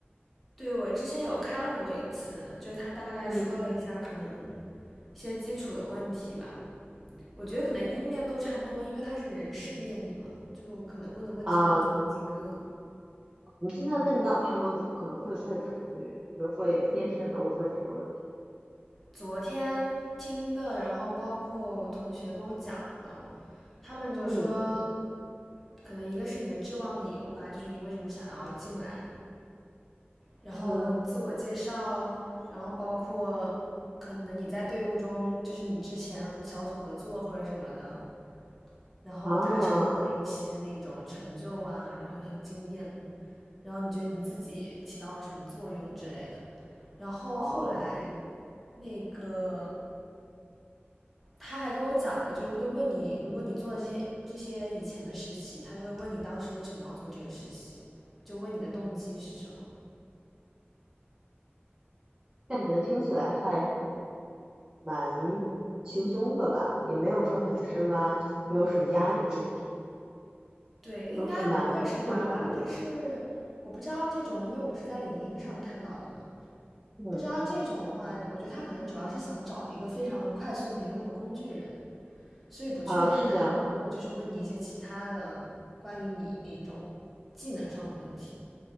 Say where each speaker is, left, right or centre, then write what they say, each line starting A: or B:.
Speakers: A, in the centre; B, on the right.
A: 对，我之前有看过一次，就是他大概说了一下可能
B: 嗯
A: 一些基础的问题吧。我觉得可能一面都差不多，因为他是人事面你嘛，就可能问的问题都就那几个。
B: 啊，你现在问到他们可能会问什么问题，就是会面试的时候会问什么问题？
A: 昨天听的，然后包括我同学跟我讲的，他们就说，
B: 嗯
A: 可能一个是你的志望理由吧，就是你为什么想要进来，然后自我介绍，
B: 嗯
A: 然后包括可能你在队伍中，就是你之前小组合作或者什么的，然后达成过的一些那种成就啊，
B: 啊
A: 然后很惊艳，然后你觉得你自己起到了什么作用之类的。然后后来，
B: 哦，
A: 那个他还跟我讲了，就是会问你，如果你做了这些这些以前的实习，他就会问你当时为什么要做这个实习，就问你的动机是什么。
B: 感觉听起来还蛮轻松的吧，也没有说很深挖，没有什么压力，
A: 对，
B: 这都是蛮正常流程。
A: 应该不会深挖吧？但是我不知道这种，因为我不是在领英上看到的嘛，
B: 嗯
A: 不知道这种的话，我觉得他可能主要是想找一个非常快速能用的工具人，所以不确定他会不会就是问你一些其他的关于你那种技能上的问题。
B: 啊，是这样的，